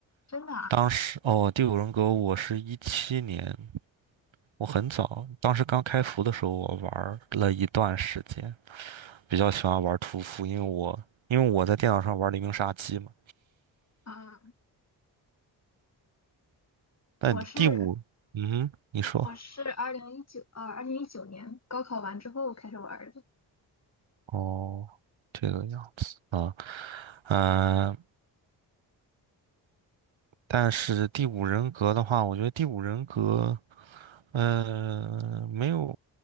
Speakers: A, on the left; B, on the right.
A: 真的啊。
B: 当时哦，第五人格我是一七年，我很早，当时刚开服的时候我玩了一段时间，比较喜欢玩屠夫，因为我因为我在电脑上玩黎明杀机嘛。
A: 啊，
B: 但你第五，
A: 我是
B: 嗯哼你说
A: 我是二零一九呃二零一九年高考完之后开始玩儿的。
B: 哦，这个样子啊，嗯、但是第五人格的话，我觉得第五人格，呃，没有，